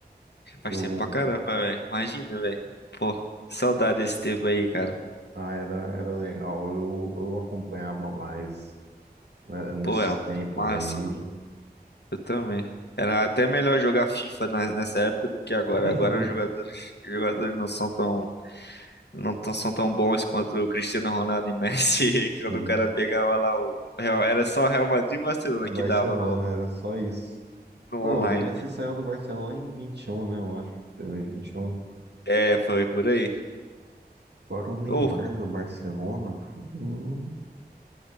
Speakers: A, on the left; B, on the right.
A: Já Faz
B: Eu,
A: tempo pra caramba, velho. Imagina, velho. Pô, saudade desse tempo aí, cara.
B: ah, era, era legal. Eu, eu acompanhava mais né, nesses
A: Pô, era muito
B: tempos
A: massa,
B: aí.
A: mano. Eu também. Era até melhor jogar FIFA na- nessa época do que agora.
B: <laughs>
A: Agora os jogadores, os jogadores não são tão, não tão- são tão bons quanto o Cristiano Ronaldo e Messi. <laughs>
B: Sim.
A: Quando o cara pegava lá o Real- era só Real Madrid e Barcelona
B: E Barcelona
A: que dava no,
B: era só isso.
A: no
B: Pô,
A: online.
B: o Messi saiu do Barcelona em 21, né? Eu acho. 2021.
A: É, foi por aí.
B: Agora o Neymar
A: Ou
B: do Barcelona. fudeu.